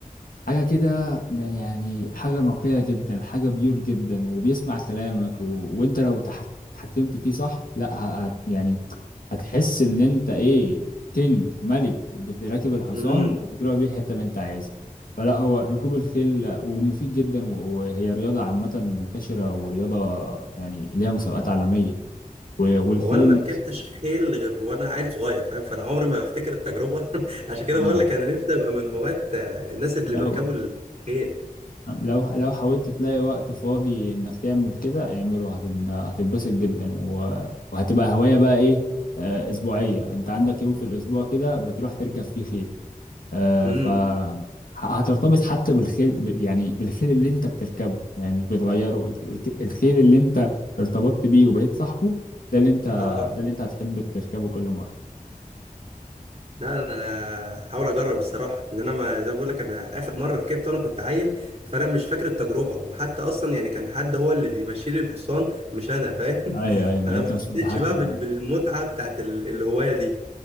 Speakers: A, on the left; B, on the right.
A: حاجة كده ما- يعني حاجة نقية جدا حاجة بيور جدا وبيسمع كلامك و... وانت لو تحك... اتحكمت فيه صح لا ه... هت... يعني هتحس ان انت ايه كينج ملك بتراكب الحصان
B: امم
A: وبتروح بيه الحتة اللي انت عايزها فلا هو ركوب الخيل ومفيد جدا و- وهي رياضة عامة منتشرة ورياضة يعني ليها مسابقات عالمية و... والخيول
B: هو انا ما ركبتش
A: نفسها
B: خيل غير وانا عيل صغير فاهم فانا عمري ما بفتكر التجربه <laughs> عشان كده
A: آه.
B: بقول لك انا نفسي ابقى من هواة آه، الناس اللي
A: لو
B: بيركبوا الخيل
A: لو لو حاولت تلاقي وقت فاضي انك تعمل كده اعمله هت- هتتبسط جدا و- وهتبقى هواية بقى ايه آه، اسبوعية انت عندك يوم في الاسبوع كده بتروح تركب فيه خيل آه،
B: امم
A: ف مم. ه- هترتبط حتى بالخيل ب- يعني بالخيل اللي انت بتركبه يعني مش بتغيره الك- الخيل اللي انت ارتبطت بيه وبقيت صاحبه ده اللي انت ده آه.
B: اه
A: اللي انت هتحب تركبه كل مرة
B: لا لا، انا هحاول اجرب الصراحه ان انا ما زي ما بقول لك انا اخر مره ركبت وانا كنت عيل فانا مش فاكر التجربه وحتى اصلا يعني كان حد هو اللي بيمشي لي الحصان مش انا فاهم
A: ايوه
B: <laughs>
A: ايوه
B: فانا
A: ما انت
B: ما حسيتش
A: مش طب متحكم
B: بقى بال-
A: ايوه
B: بالمتعه بتاعت ال- الهوايه دي